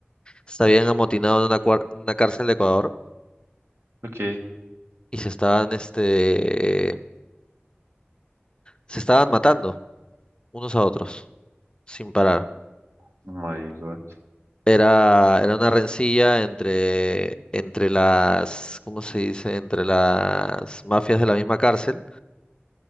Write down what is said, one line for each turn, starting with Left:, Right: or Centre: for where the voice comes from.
Left: se habían amotinado en una, cuar- en una cárcel de Ecuador
Right: Ok,
Left: y se estaban, este, se estaban matando unos a otros sin parar.
Right: oh my God.
Left: Era, era una rencilla entre, entre las, ¿cómo se dice? Entre las mafias de la misma cárcel